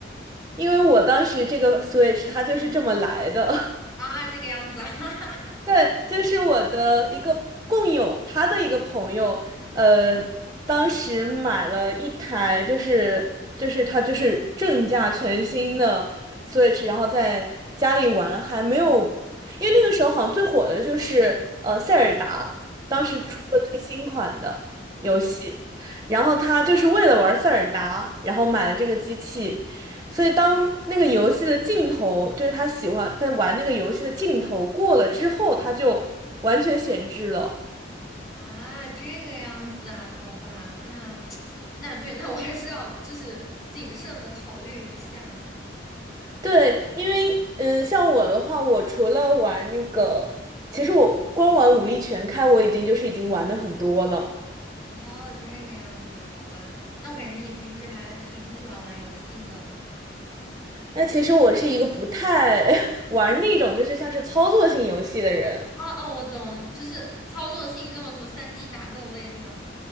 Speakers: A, on the right (about 20°); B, on the left (about 20°).
A: 因为我当时这个 Switch 它就是这么来的。<laughs>
B: 啊，这个样子啊，<laughs> 哈哈哈。
A: 对，就是我的一个共友，他的一个朋友，呃，当时买了一台，就是就是他就是正价全新的 Switch，然后在家里玩，还没有，因为那个时候好像最火的就是呃塞尔达，当时出了最新款的游戏，
B: 哦，对对对，
A: 然后他就是为了玩塞尔达，然后买了这个机器，所以当那个游戏的镜头，就是他喜欢在玩那个游戏的镜头过了之后，他就完全闲置了。
B: 啊，这个样子啊，好吧，那 <tsk> 那对，那我还是要就是谨慎的考虑一下。
A: 对，因为嗯，像我的话，我除了玩那个，其实我光玩武力全开，我已经就是已经玩的很多了。
B: 哦，这个样子，好吧。那我感觉你平时还挺喜欢玩游戏的。
A: 那其实我是一个不太 <laughs> 玩那种就是像是操作性游戏的人。
B: 哦哦，我懂，就是操作性那种什么三 d 打斗类，对吗？